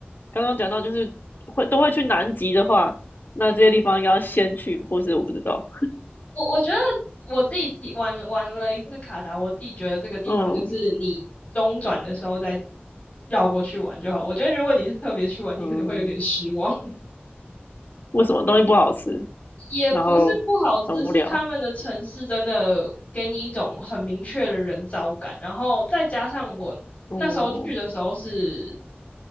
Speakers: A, on the left; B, on the left.
A: 刚刚讲到就是会都会去南极的话，那这些地方应该要先去，或是我不知道，
B: 我我觉得我自己体玩玩了一次卡达，我自己觉得这个地方就是你中转的时候再
A: 嗯
B: 绕过去玩就好。我觉得如果你是特别去玩，
A: 嗯，
B: 你可能会有点失望。<laughs>
A: 为什么东西不好吃，
B: 也不是不好吃，
A: 然后很无聊，
B: 是他们的城市真的给你一种很明确的人造感。然后再加上我那时候去的时候是
A: 嗯